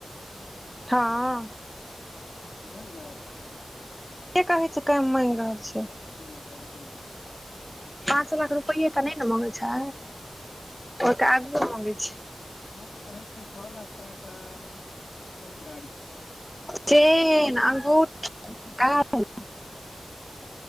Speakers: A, in the centre; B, on the left (about 85°).
A: हँ
B: बुझलियै
A: के कहै छै कम मांगि रहल छै
B: से हम <unintelligible>
A: पाँच लाख रुपैये तऽ नय ने मंगे छै
B: आँय
A: ओय के आगुओ मंगै छै
B: ओ तऽ कहै छै छो लाख टाका चेन गाड़ी
A: चेन अंगुठी गाड़ी